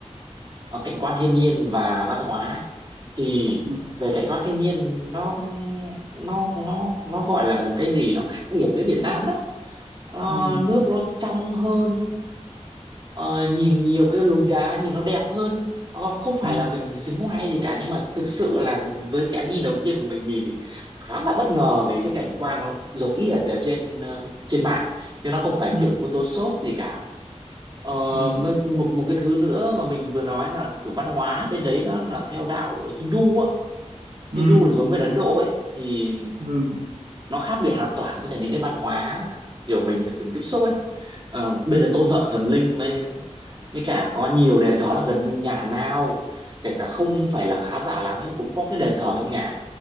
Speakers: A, on the right; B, on the right.
A: ờ, cảnh quan thiên nhiên và văn hóa thì
B: Ừ,
A: về cảnh quan thiên nhiên nó nó nó nó gọi là một cái gì nó khác biệt với Việt Nam lắm Ờ,
B: ừ,
A: nước nó trong hơn Ờ, nhìn nhiều cái lối đá nhìn nó đẹp hơn Ờ, không phải
B: ừ,
A: là mình xính ngoại gì cả nhưng mà thực sự là với cái nhìn đầu tiên của mình nhìn thì khá là bất ngờ vì cái cảnh quan nó giống y là ở trên ờ, trên mạng chứ nó không phải
B: ừ,
A: kiểu Photoshop gì cả Ờ,
B: ừ,
A: một một một cái thứ nữa mà mình vừa nói là kiểu văn hóa bên đấy nó là theo đạo Hindu á
B: ừ,
A: Hindu là giống bên Ấn Độ ấy thì
B: ừ, ừ.
A: nó khác biệt hoàn toàn với cả những cái văn hóa kiểu mình từng tiếp xúc ấy Ờ, bên
B: ừ.
A: là tôn thờ thần linh mới mới cả có nhiều đền thờ là gần như nhà nào kể cả không phải là khá giả lắm nhưng cũng có cái đền thờ trong nhà